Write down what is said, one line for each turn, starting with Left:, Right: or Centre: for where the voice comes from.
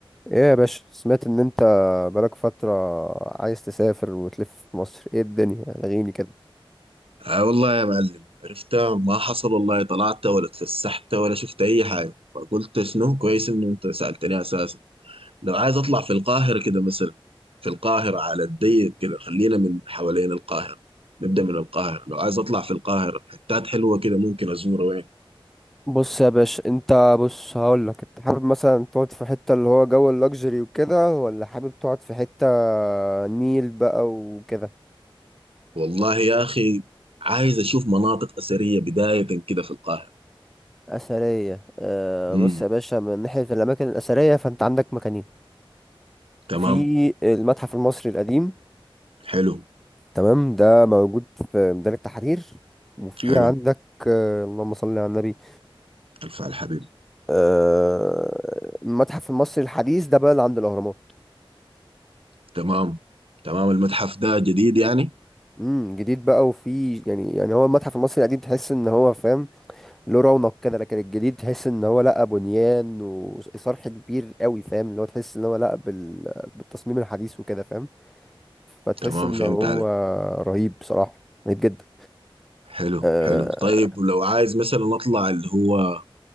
Centre: ايه يا باشا سمعت ان انت بقالك فترة عايز تسافر وتلف في مصر ايه الدنيا لغيني كده
Right: آه والله يا معلم عرفتها ما حصل والله طلعت ولا اتفسحت ولا شفت اي حاجه فقلت شنو كويس انه انت سالتني اساسا لو عايز اطلع في القاهره كده مثلا في القاهره على الضيق كده خلينا من حوالين القاهره نبدا من القاهره لو عايز اطلع في القاهره حتات حلوه كده ممكن ازورها وين
Centre: بص يا باشا انت بص هقولك انت حابب مثلا تقعد في حتة اللي هو جو اللوكسجري وكده ولا حابب تقعد في حتة نيل بقى وكده
Right: والله يا اخي عايز اشوف مناطق اثريه بدايه كده في القاهره
Centre: أثرية أه
Right: امم
Centre: بص يا باشا من ناحية الأماكن الأثرية فأنت عندك مكانين
Right: تمام
Centre: في المتحف المصري القديم
Right: حلو
Centre: تمام ده موجود في ميدان التحرير وفي
Right: حلو
Centre: عندك آه، اللهم صل على النبي
Right: الف على الحبيب
Centre: آه، المتحف المصري الحديث ده بقى اللي عند الاهرامات
Right: تمام تمام المتحف ده جديد يعني
Centre: امم جديد بقى وفي يعني يعني هو المتحف المصري القديم تحس ان هو فاهم له رونق كده لكن الجديد تحس ان هو لا بنيان وصرح كبير قوي فاهم اللي هو تحس ان هو لا بال... بالتصميم الحديث وكده فاهم فتحس
Right: تمام
Centre: ان
Right: فهمت
Centre: هو
Right: عليك
Centre: رهيب بصراحة رهيب جدا
Right: حلو
Centre: آه
Right: حلو طيب ولو عايز مثلا اطلع اللي هو